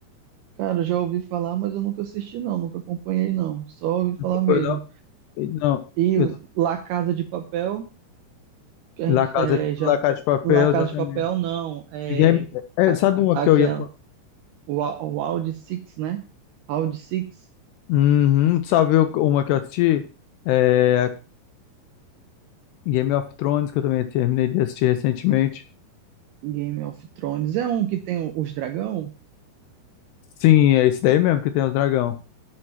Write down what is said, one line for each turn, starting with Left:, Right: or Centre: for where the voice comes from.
Right: Cara, eu já ouvi falar, mas eu nunca assisti não, nunca acompanhei não, só ouvi falar
Left: Não acompanho,
Right: mesmo.
Left: não. Não,
Right: E
Left: eu,
Right: La Casa de Papel, que a
Left: La
Right: gente
Left: Casa,
Right: é,
Left: de-
Right: já
Left: La Casa de Papel,
Right: La Casa
Left: exatamente.
Right: de Papel não, é
Left: Game, é,
Right: a-
Left: sabe uma
Right: aquela
Left: que eu ia.
Right: o, Wa- o Round Six, né? Round Six,
Left: Uhum. Tu sabe o- uma que eu assisti? É Game of Thrones, que eu também terminei de assistir recentemente.
Right: Game of Thrones é um que tem os dragão.
Left: Sim, é esse daí mesmo que tem os dragão.